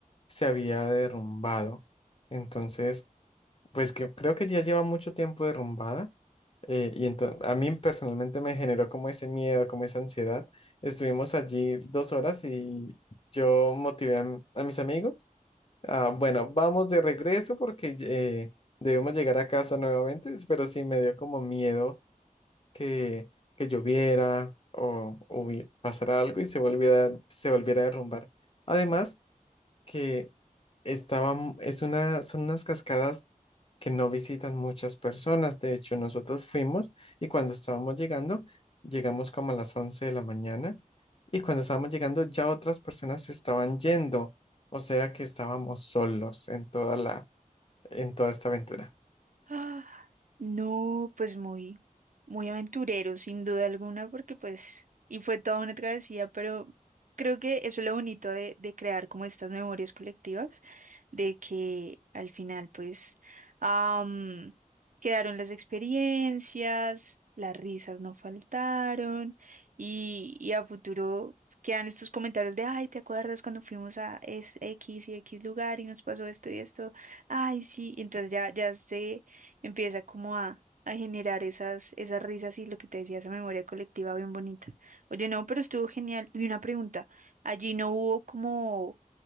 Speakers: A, on the left; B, on the right.
A: se había derrumbado. Entonces, pues que creo que ya lleva mucho tiempo derrumbada. eh, y entonces a mí personalmente me generó como ese miedo, como esa ansiedad. Estuvimos allí dos horas y yo motivé a, m- a mis amigos. ah bueno, vamos de regreso porque eh, debemos llegar a casa nuevamente, pero sí me dio como miedo que, que lloviera o, o hubi- pasara algo y se volviera, se volviera a derrumbar. Además, que estaba, m- es una, son unas cascadas que no visitan muchas personas. De hecho, nosotros fuimos y cuando estábamos llegando, llegamos como a las once de la mañana y cuando estábamos llegando ya otras personas se estaban yendo. O sea que estábamos solos en toda la, en toda esta aventura.
B: Ah, no, pues muy, muy aventurero, sin duda alguna, porque pues, y fue toda una travesía, pero creo que eso es lo bonito de, de crear como estas memorias colectivas, de que al final pues am, quedaron las experiencias, las risas no faltaron y, y a futuro quedan estos comentarios de, ay, ¿te acuerdas cuando fuimos a es- X y X lugar y nos pasó esto y esto? Ay, sí, y entonces ya, ya se empieza como a, a generar esas, esas risas y lo que te decía, esa memoria colectiva bien bonita. Oye, no, pero estuvo genial. Y una pregunta, allí no hubo como